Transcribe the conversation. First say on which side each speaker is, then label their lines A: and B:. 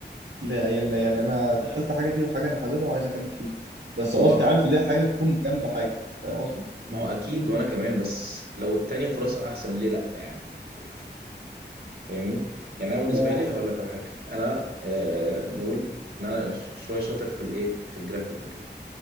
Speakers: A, on the right; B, on the right.
A: لا يعني لا، يعني انا دخلت حاجه دي وحاجه انا حاببها وعايز اكمل فيها بس
B: هو
A: قصدي عارف اللي هي حاجه تكون جنب حاجه فاهم قصدي
B: ما هو اكيد وانا كمان بس لو التانية فرصة احسن ليه لا يعني ف- فاهمني يعني انا بالنسبة
A: ما هو
B: لي هقول لك على حاجة انا آه نقول ان انا ش- شوية شاطر في الايه في الجرافيك وكده